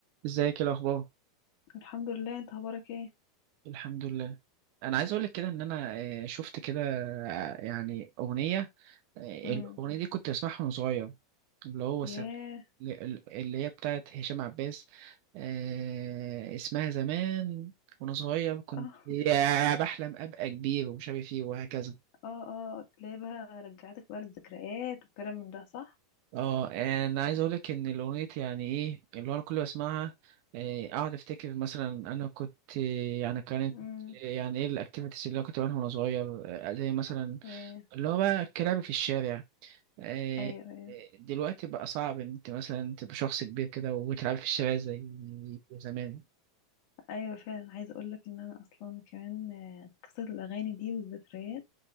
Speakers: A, on the right (about 75°); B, on the left (about 60°).
A: ازيك ايه الاخبار
B: الحمد لله انت اخبارك ايه
A: الحمد لله انا عايز اقول لك كده ان انا آه، شفت كده آه، يعني اغنيه آه،
B: امم
A: الاغنيه دي كنت بسمعها وانا صغير اللي هو
B: ياه
A: سم... اللي هي بتاعت هشام عباس آه، اسمها زمان وانا صغير كنت
B: اه
A: يا بحلم ابقى كبير ومش عارف ايه وهكذا
B: اه اه تلاقي بقى رجعتك بقى للذكريات والكلام من ده صح
A: اه انا عايز اقولك ان الاغنية يعني ايه اللي هو انا كل ما اسمعها إيه، اقعد افتكر مثلا انا كنت يعني كانت
B: امم
A: يعني ايه الاكتيفيتيز اللي انا كنت بعملها وانا صغير آه، زي مثلا
B: ياه
A: اللي هو بقى الكلام في الشارع آه،
B: ايوه ايوه
A: آه، دلوقتي بقى صعب ان انت مثلا تبقى شخص كبير كده وتلعب في الشارع زي زمان
B: ايوه فعلا عايزه اقول لك ان انا اصلا كمان آه، قصه الاغاني دي والذكريات